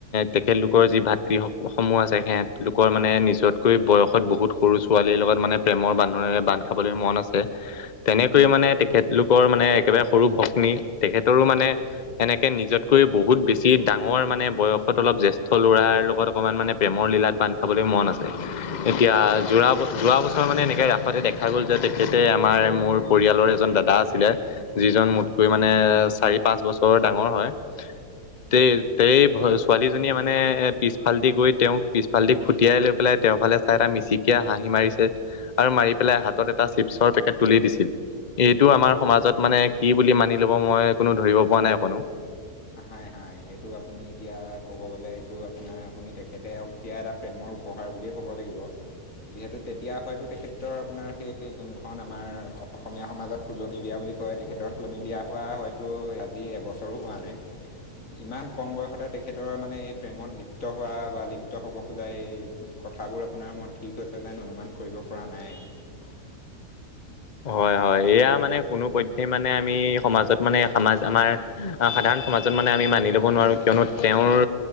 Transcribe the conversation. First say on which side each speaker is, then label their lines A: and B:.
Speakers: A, on the left; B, on the left.
A: তেখেতলোকৰ যি ভাতৃ শ সোমোৱা যায় সিহঁত লোকৰ মানে নিজতকৈ বয়সত বহুত সৰু ছোৱালীৰ লগত মানে প্ৰেমৰ বান্ধোনেৰে বান্ধ খাবলৈ মন আছে। আছে তেনেকৈ
B: হয়
A: মানে তেখেতলোকৰ মানে একেবাৰে সৰু ভগ্নী তেখেতৰো মানে এনেকে নিজতকৈ বহুত বেছি ডাঙৰ মানে বয়সত অলপ জ্যেষ্ঠ ল'ৰাৰ লগত অকণমান মানে প্ৰেমৰ লীলাত বান্ধ খাবলৈ মন আছে এতিয়া
B: হয়
A: যোৰা যোৱা বছৰ মানে এনেকৈ ৰাসতে দেখা গ'ল যে তেখেতে আমাৰ মোৰ পৰিয়ালৰ এজন দাদা আছিলে যিজন মোতকৈ মানে চাৰি- পাঁচ বছৰ বৰ ডাঙৰ হয় তে-
B: হয়
A: তেই ছোৱালীজনীয়ে মানে পিছফালদি গৈ তেওঁক পিছফালেদি খুটিয়াই লৈ পেলাই তেওঁৰফালে চাই এটা মিচিকিয়া হাঁহি মাৰিছে আৰু মাৰি পেলাই হাতত এটা চিপছৰ পেকেট তুলি দিছিল। এইটো আমাৰ
B: অ'
A: সমাজত মানে কি বুলি মানি ল'ব মই কোনো ধৰিব পৰা নাই অকনো
B: হাই হাই এইটো আপুনি এতিয়া ক'ব গ'লে এইটো আপোনাৰ আপুনি তেখেতেক দিয়া এটা প্ৰেমৰ উপহাৰ বুলিয়েই ক'ব লাগিব। যিহেতু তেতিয়া হয়তো তেখেত তেখেতৰ আপোনাৰ সেই যোনখন আমাৰ অসমীয়া সমাজত তুলনি বিয়া বুলি কয় তেখেতৰ তুলনি বিয়া হোৱা হয়তো আজি এবছৰো হোৱা নাই। ইমান কম বয়সতে তেখেতৰ মানে এই প্ৰেমত লিপ্ত হোৱা বা লিপ্ত হ'ব খোজা এই কথা কথাবোৰ আপোনাৰ মত ঠিক হৈছে যেন অনুমান কৰিব পৰা নাই।
A: <inaudible> হয় -হয় এয়া মানে কোনো পধ্যে মানে আমি সমাজত মানে সমাজ আমাৰ সাধাৰণ সমাজত মানে আমি মানি ল'ব নোৱাৰোঁ কিয়নো তেওঁৰ